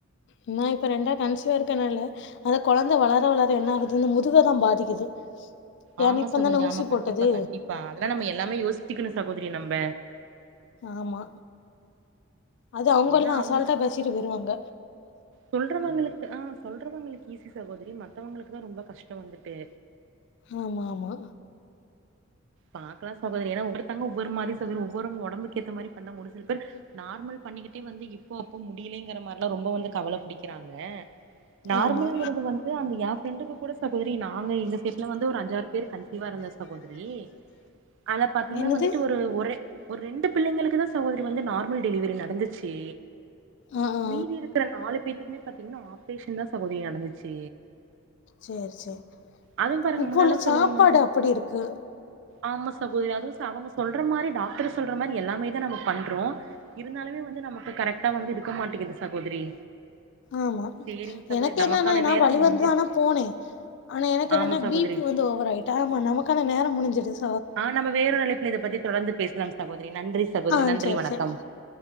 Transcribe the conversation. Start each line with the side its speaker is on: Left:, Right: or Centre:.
Left: ஆனா இப்ப ரெண்டா கன்சிவா இருக்கனால அந்த குழந்தை வளர வளர என்ன ஆகுது முதுவைதான் பாதிக்குது ஏன்னா
Right: ஆமா
Left: இப்ப
Right: சகோதரி
Left: தானே ஊசி
Right: ஆமா கண்டிப்பா
Left: போட்டது
Right: கண்டிப்பா அதெல்லாம் நம்ம எல்லாமே யோசிக்கனும் சகோதரி நம்ப
Left: ஆமா அது அவுங்க
Right: ஏன்னா
Left: எல்லாம்
Right: அவங்க
Left: அசால்ட்டா பேசிட்டு வருவாங்க
Right: சொல்றவங்களுக்கு ஆ சொல்றவங்களுக் ஈசி சகோதரி மத்தவங்களுக்கு தான் ரொம்ப கஷ்டம் வந்துட்டு
Left: ஆமா ஆமா
Right: பாக்கலாம் சகோதரி ஏன்னா ஒவ்வருத்தாங்க ஒவ்வொரு மாதிரி உடம்புக்கு ஏற்ற மாதிரி பன்னா ஒரு சில பேர் நார்மல் பண்ணிக்கிட்டே வந்து இப்போ அப்போ முடியலேங்கிற மாதிரில்லாம் ரொம்ப வந்து கவலை புடிக்கிறாங்க நார்மலுங்கிறது
Left: ஆமா
Right: வந்து அந்த என் ஃப்ரெண்டுக்கு கூட சகோதரி நாங்க எங்க செட்ல வந்து ஒரு அஞ்சாறு பேர் கன்சிவா இருந்தேன் சகோதரி அத பாத்தீங்கன்னா
Left: என்னது
Right: வந்துட்டு ஒரு ஒரே ஒரு ரெண்டு பிள்ளைங்களுக்கு தான் சகோதரி வந்து நார்மல் டெலிவரி நடந்துச்சு
Left: ஆ ஆ
Right: மீதி இருக்கிற நாலு பேருக் பின்னே பாத்தீங்கன்னா ஆப்ரேஷன் தான் சகோதரி நடந்துச்சு
Left: செரி செரி
Right: அதுவு பாருங்க
Left: இப்ப
Right: முன்னெல்லா
Left: உள்ள சாப்பாடு
Right: சொல்லுவாங்க வந்து
Left: அப்படி இருக்கு
Right: ஆமா சகோதரி அதுவும் அவுங்க சொல்ற மாதிரி டாக்டர் சொல்ற மாதிரி எல்லாமே தான் நம்ம பண்றோம் இருந்தாலுமே வந்து நமக்கு கரெக்ட்டா வந்து இருக்க மாட்டேங்குது சகோதரி
Left: ஆமா
Right: சேரிங் சகோதரி
Left: எனக்கு
Right: நமக்கான
Left: என்னன்னா நான்
Right: நேரம்
Left: வழி
Right: முடிஞ்சு
Left: வந்து தான் ஆனா போனேன் ஆனா எனக்கு
Right: ஆமா
Left: என்னன்னா
Right: சகோதரி
Left: பி பி வந்து ஓவர் ஆயிட் ஆமா நமக்கான நேரம் முடிஞ்சது
Right: ஆ நம்ம வேறொரு அழைப்பல இதை பத்தி தொடர்ந்து பேசலாம் சகோதரி நன்றி சகோதரி
Left: ஆ
Right: நன்றி
Left: சேரி
Right: வணக்கம்
Left: சேரி